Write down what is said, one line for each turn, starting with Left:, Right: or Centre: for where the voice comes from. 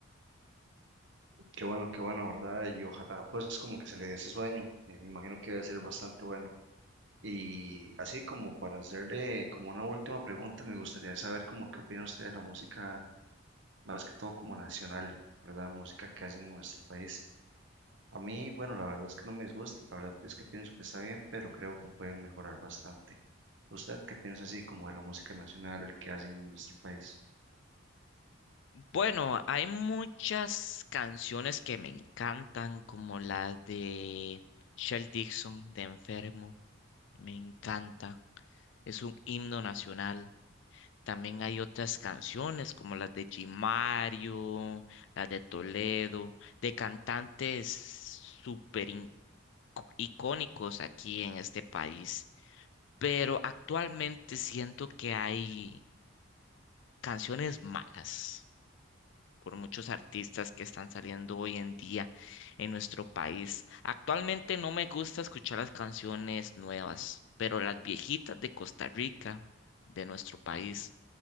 Right: Qué bueno, qué bueno, ¿verdad? Y ojalá pues como que se le dé ese sueño. Eh, me imagino que debe ser bastante bueno. Y así como para hacerle como una última pregunta, me gustaría saber como qué opina usted de la música, más que todo como nacional, ¿verdad? Música que hacen en nuestro país. A mí, bueno, la verdad es que no me disgusta, la verdad es que pienso que está bien, pero creo que pueden mejorar bastante. ¿Usted qué piensa así como de la música nacional que hacen en nuestro país?
Left: Bueno, hay muchas canciones que me encantan, como la de Shel Dixon de Enfermo, me encanta, es un himno nacional. También hay otras canciones como las de G. Mario, las de Toledo, de cantantes súper in- icónicos aquí en este país. Pero actualmente siento que hay canciones malas por muchos artistas que están saliendo hoy en día en nuestro país. Actualmente no me gusta escuchar las canciones nuevas, pero las viejitas de Costa Rica, de nuestro país